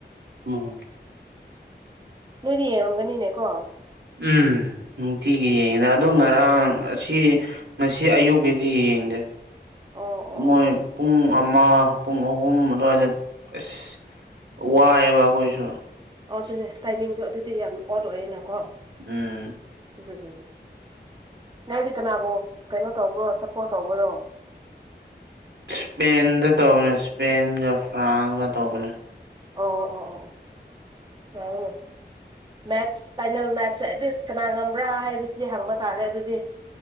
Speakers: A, on the right; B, on the right.
A: ꯎꯝ
B: ꯅꯣꯏꯗꯤ ꯌꯦꯡꯉꯝꯒꯅꯤꯅꯦ ꯀꯣ
A: ꯎꯝ ꯅꯨꯡꯇꯤꯒꯤ ꯌꯦꯡꯉꯤꯗ ꯑꯗꯨ ꯉꯥꯏ ꯉꯔꯥꯡ ꯑꯁꯤ ꯉꯁꯤ ꯑꯌꯨꯛꯀꯤꯗꯤ ꯌꯦꯡꯗꯦ
B: ꯑꯣ ꯑꯣ
A: ꯃꯣꯏ
B: ꯑꯣ
A: ꯄꯨꯡ ꯄꯨꯡ ꯑꯃ ꯄꯨꯡ ꯑꯍꯨꯝ ꯑꯗꯨꯋꯥꯏꯗ ꯑꯁ ꯋꯥꯏꯑꯦꯕ ꯑꯩꯈꯣꯏꯁꯨ
B: ꯑꯗꯨꯅꯦ ꯇꯥꯏꯃꯤꯡꯗꯣ ꯑꯗꯨꯗꯤ ꯌꯥꯝ ꯑꯣꯠ ꯑꯣꯏꯌꯦꯦꯅꯀꯣ
A: ꯎꯝ
B: ꯏ ꯅꯪꯗꯤ ꯀꯅꯥꯕꯨ ꯀꯩꯅꯣ ꯇꯧꯕ꯭ꯔꯣ ꯁꯞꯄꯣꯔꯠ ꯇꯧꯕ꯭ꯔꯣ
A: ꯏꯁꯄꯦꯟꯗ ꯇꯧꯕꯅꯦ ꯏꯁꯄꯦꯟꯒ ꯐ꯭ꯔꯥꯟꯁꯒ ꯇꯧꯕꯅꯦ
B: ꯑꯣ ꯑꯣ ꯑꯣ ꯑꯣꯅ ꯃꯦꯠ ꯐꯥꯏꯅꯦ ꯁ ꯀꯅꯥ ꯉꯝꯕ꯭ꯔꯥ ꯍꯥꯏꯕꯁꯤꯗꯤ ꯍꯪꯕ ꯇꯥꯔꯦ ꯑꯗꯨꯗꯤ